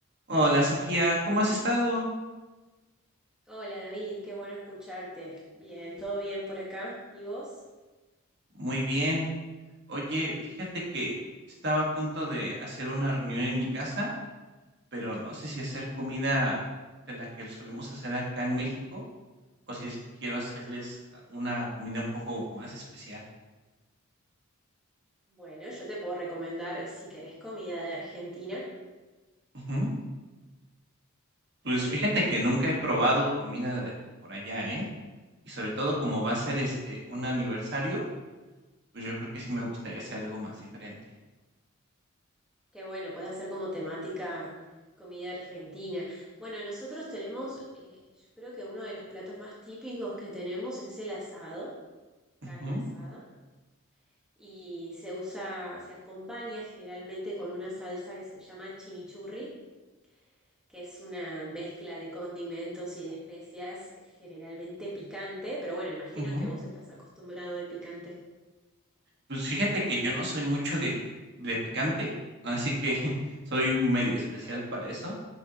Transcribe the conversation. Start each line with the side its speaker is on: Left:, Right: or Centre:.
Right: Hola Sofía, ¿cómo has estado?
Centre: Hola David, qué bueno escucharte. Bien, todo bien por acá. ¿Y vos?
Right: Muy bien. Oye, fíjate que estaba a punto de hacer una reunión en mi casa, pero no sé si hacer comida de la que solemos hacer acá en México o si es que quiero hacerles ah, una comida un poco más especial.
Centre: Bueno, yo te puedo recomendar si querés comida de Argentina,
Right: Ujú. Pues
Centre: ¿sí?
Right: fíjate que nunca he probado comida de por allá, ¿eh? Y sobre todo como va a ser este un aniversario, pues yo creo que sí me gustaría hacer algo más diferente.
Centre: Qué bueno, puedes hacer como temática comida argentina. Bueno, nosotros tenemos, eh, yo creo que uno de los platos más típicos que tenemos es el asado, carne
Right: Ujú,
Centre: asada, y se usa, se acompaña generalmente con una salsa que se llama chimichurri que es una mezcla de condimentos y de especias, generalmente picante, pero bueno, imagino
Right: ujú.
Centre: que vos estás acostumbrado al picante.
Right: Pues fíjate que yo no soy mucho de fi de picante, así que <laughs> soy un medio especial
Centre: Pero Bueno,
Right: para eso,